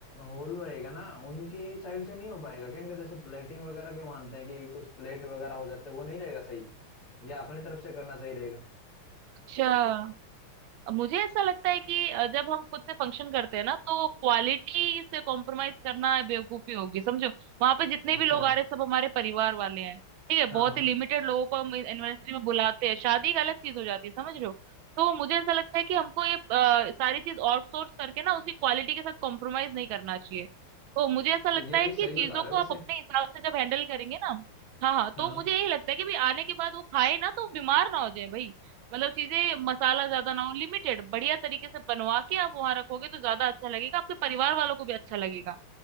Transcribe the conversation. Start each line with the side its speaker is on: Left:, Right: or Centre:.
Left: हॉल रहेगा ना उनके साइड से नहीं हो पाएगा क्या इनका जैसे प्लेटिंग वगैरह के मानते हैं कि कुछ प्लेट वगैरह हो जाते हैं, वो नहीं रहेगा सही या अपनी तरफ से करना सही रहेगा
Right: अच्छा मुझे ऐसा लगता है कि अ, जब हम खुद से फंक्शन करते हैं ना तो क्वालिटी से कॉम्प्रोमाइज करना बेवकूफी होगी समझो वहां पे जितने
Left: अच्छा
Right: भी लोग आ रहे हैं सब हमारे परिवार वाले हैं ठीक है
Left: हाँ
Right: बहुत
Left: हाँ
Right: ही लिमिटेड लोगों को हम एनिवर्सरी में बुलाते हैं शादी एक अलग चीज हो जाती है समझ रहे हो तो मुझे ऐसा लगता है कि हमको ये अ, सारी चीज आउटसोर्स करके ना उसकी क्वालिटी के साथ कॉम्प्रोमाइज नहीं करना चाहिए तो मुझे ऐसा लगता
Left: तो यह
Right: है
Left: भी
Right: कि
Left: सही बता
Right: चीजों
Left: रहे
Right: को
Left: हो वैसे
Right: आप अपने हिसाब से जब हैंडल करेंगे ना हाँ हाँ
Left: हाँ
Right: तो मुझे यही लगता है कि भाई आने के बाद वो खाए ना तो बीमार ना हो जाए भाई मतलब चीजें मसाला ज्यादा ना हो लिमिटेड बढ़िया तरीके से बनवा के आप वहां रखोगे तो ज्यादा अच्छा लगेगा आपके परिवार वालों को भी अच्छा लगेगा